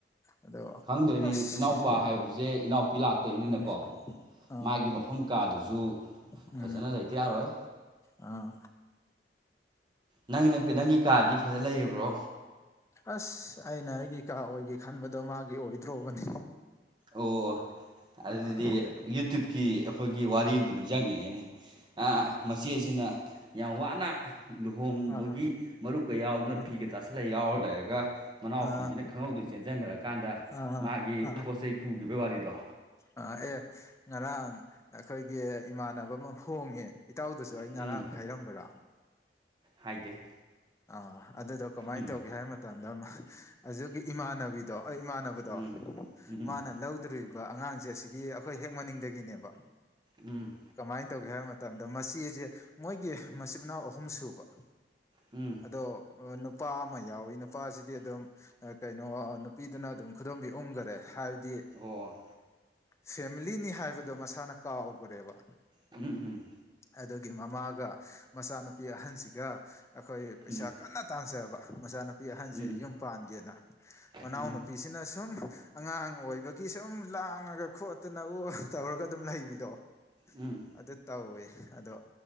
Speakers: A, on the left; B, on the right.
A: ꯑꯗꯣ
B: ꯈꯪꯗꯣꯏꯅꯤ
A: ꯑꯁ
B: ꯏꯅꯥꯎꯄꯥ ꯍꯥꯏꯕꯁꯦ ꯏꯅꯥꯎꯄꯤ ꯂꯥꯛꯇꯣꯏꯅꯤꯅꯀꯣ
A: ꯎꯝ ꯑꯥ
B: ꯃꯥꯒꯤ ꯃꯐꯝ ꯀꯥꯗꯨꯖꯨ
A: ꯎꯝ
B: ꯐꯖꯅ ꯂꯩꯇ ꯌꯥꯔꯣꯏ
A: ꯑꯥ
B: ꯅꯪ ꯅꯪꯒꯤ ꯀꯥꯗꯤ ꯐꯖ ꯂꯩꯔꯕ꯭ꯔꯣ
A: ꯑꯁ ꯑꯩꯅ ꯑꯩꯒꯤ ꯏ ꯀꯥ ꯑꯣꯏꯒꯦ ꯈꯟꯕꯗꯣ ꯃꯥꯒꯤ ꯑꯣꯏꯗ꯭ꯔꯣꯕꯅꯤ
B: ꯑꯣ ꯑꯗꯨꯗꯤ
A: ꯑꯥ
B: ꯌꯨꯇ꯭ꯌꯕꯀꯤ ꯑꯩꯈꯣꯏꯒꯤ ꯋꯥꯔꯤ ꯑꯗꯨ
A: ꯑꯥ
B: ꯅꯤꯡꯁꯤꯡꯉꯉꯦꯅꯦ ꯃꯆꯦꯁꯤꯅ ꯌꯥꯝ ꯋꯥꯅ ꯂꯨꯍꯣꯡꯕꯒꯤ
A: ꯑꯥ
B: ꯃꯔꯨꯞꯀ ꯌꯥꯎꯗꯅ
A: ꯑꯥ
B: ꯐꯤꯒ ꯇꯥꯁꯜꯂ ꯌꯥꯎꯔ ꯂꯩꯔꯒ ꯃꯅꯥꯎꯄꯤꯁꯤꯅ
A: ꯑꯥ
B: ꯈꯪꯍꯧꯗꯅ ꯆꯦꯟꯁꯤꯟꯈ꯭ꯔꯀꯥꯟꯗ
A: ꯑꯥ
B: ꯃꯥꯒꯤ
A: ꯑꯥ
B: ꯄꯣꯠ ꯆꯩꯩ ꯄꯨꯈꯤꯕ ꯋꯥꯔꯤꯗꯣ
A: ꯑ ꯑꯦ ꯉꯔꯥꯡ ꯑꯩꯈꯣꯏꯒꯤ ꯏꯃꯥꯟꯅꯕ ꯑꯃ ꯍꯣꯡꯉꯦ ꯏꯇꯥꯎꯗꯁꯨ ꯑꯩ
B: ꯎꯝ
A: ꯉꯔꯥꯡ ꯍꯥꯏꯔꯝꯕꯔꯥ
B: ꯍꯥꯏꯗꯦ
A: ꯑꯥ ꯑꯗꯨꯗꯣ ꯀꯃꯥꯏꯅ
B: ꯎꯝ
A: ꯇꯧꯒꯦ ꯍꯥꯏꯕ ꯃꯇꯝꯗ ꯑꯗꯨꯒꯤ ꯏꯃꯥꯟꯅꯕꯤꯗꯣ ꯑꯩ ꯏꯃꯥꯟꯅꯕ ꯕꯗꯣ
B: ꯎꯝ ꯎꯝ
A: ꯃꯥꯅ ꯂꯧꯗꯣꯔꯤꯕ ꯑꯉꯥꯡꯁꯦ ꯑꯁꯤꯒꯤ ꯑꯩꯈꯣꯏ ꯍꯦꯛ ꯃꯅꯤꯡꯗꯒꯤꯅꯦꯕ
B: ꯎꯝ
A: ꯀꯃꯥꯏ ꯇꯧꯒꯦ ꯍꯥꯏꯕ ꯃꯇꯝꯗ ꯃꯆꯦꯖꯦ ꯃꯣꯏꯒꯤ ꯃꯆꯤꯟ ꯃꯅꯥꯎ ꯑꯍꯨꯝ ꯁꯨꯕ
B: ꯎꯝ
A: ꯑꯗꯣ ꯑ ꯅꯨꯞ ꯄꯥ ꯑꯃ ꯌꯥꯎꯋꯤ ꯅꯨꯄꯥꯁꯤꯗꯤ ꯑꯗꯨꯝ ꯑꯥ ꯀꯩꯅꯣ ꯅꯨꯄꯤꯗꯨꯅ ꯑꯗꯨꯝ ꯈꯨꯗꯣꯝꯕꯤ ꯎꯪꯒꯔꯦ ꯍꯥꯏꯕꯗꯤ
B: ꯑꯣ
A: ꯐꯦꯃꯤꯂꯤꯅꯤ ꯍꯥꯏꯕꯗꯣ ꯃꯁꯥꯅ ꯀꯥꯎꯈ꯭ꯔꯦꯕ
B: ꯎꯝ ꯎꯝ
A: ꯑꯗꯒꯤ ꯃꯃꯥꯒ ꯃꯆꯥꯅꯨꯄꯤ ꯑꯍꯟꯁꯤꯒ ꯑꯩꯈꯣꯏ ꯄꯩꯁꯥ
B: ꯎꯝ
A: ꯀꯟꯅ ꯇꯥꯟꯖꯕ ꯃꯆꯥꯅꯨꯄꯤ ꯑꯍꯟꯁꯦ
B: ꯎꯝ
A: ꯌꯨꯝ ꯄꯥꯟꯒꯦꯅ ꯃꯅꯥꯎ
B: ꯎꯝ
A: ꯅꯨꯨꯄꯤꯁꯤꯅ
B: ꯎꯝ
A: ꯁꯨꯝ ꯑꯉꯥꯡ ꯑꯣꯏꯕꯒꯤ ꯁꯨꯝ ꯂꯥꯡꯉꯒ ꯈꯣꯠꯇꯅ ꯎ ꯇꯧꯔꯒ ꯑꯗꯨꯝ ꯂꯩꯕꯤꯗꯣ
B: ꯎꯝ
A: ꯑꯗꯨ ꯇꯧꯏ ꯑꯗꯣ